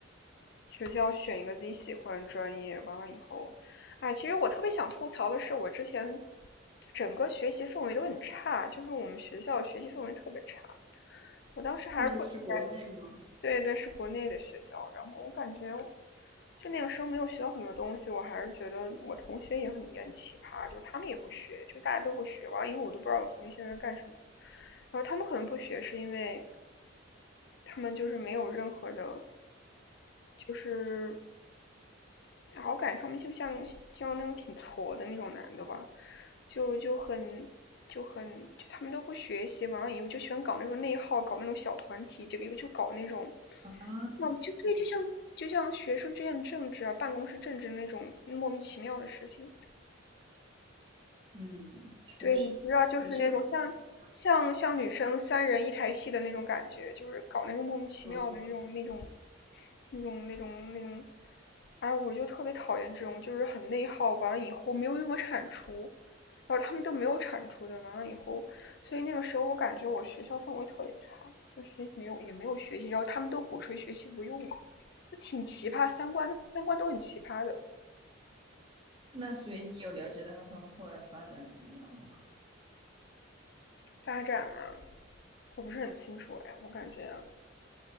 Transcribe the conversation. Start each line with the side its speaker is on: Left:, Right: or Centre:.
Left: 学校选一个自己喜欢的专业，完了以后，哎，其实我特别想吐槽的是，我之前整个学习氛围都很差，就是我们学校学习氛围特别差。我当时还是不应该，
Right: 是是国内吗？
Left: 对对，是国内的学校，然后我感觉就那个时候没有学到很多东西，我还是觉得我同学也很也很奇葩，就是他们也不学，就大家都不学，完了以后我都不知道我同学现在在干什么。然后他们可能不学，是因为他们就是没有任何的，就是然后我感觉他们就像像那种挺挫的那种男的吧，就就很就很就他们都不学习，完了以后就喜欢搞那种内耗，搞那种小团体，这个一个就搞那种，
Right: 啊，
Left: 那就对，就像就像学生之间的政治啊，办公室政治那种莫名其妙的事情，
Right: 嗯，确实，
Left: 对，你知道，就是那种像像像女生三人一台戏的那种感觉，
Right: 我记得我们以前
Left: 就是搞那种莫名其妙的那种那种
Right: 嗯，
Left: 那种那种那种，哎，我就特别讨厌这种，就是很内耗，完了以后没有任何产出，然后他们都没有产出的，完了以后，所以那个时候我感觉我学校氛围特别差，就学习没有也没有学习，然后他们都鼓吹学习不用，就挺奇葩，三观三观都很奇葩的
Right: 那所以你有了解到他们后来发展怎么样吗？
Left: 发展啊，我不是很清楚哎，我感觉。